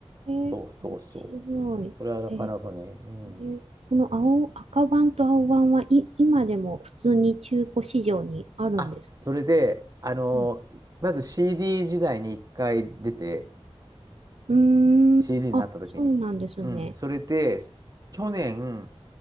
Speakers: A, on the right (about 80°); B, on the right (about 35°).
A: え、え
B: そうそうそう。
A: 白い。
B: これはなかなかね、
A: え
B: うん。
A: え、この青、赤版と青版はい、今でも普通に中古市場にあるんですか
B: あ、それで、あのーまず
A: うん。
B: CD 時代に一回出て、
A: うーん。
B: CD
A: あ、
B: になった時に。
A: そうなんですね。
B: うん、それで、去年、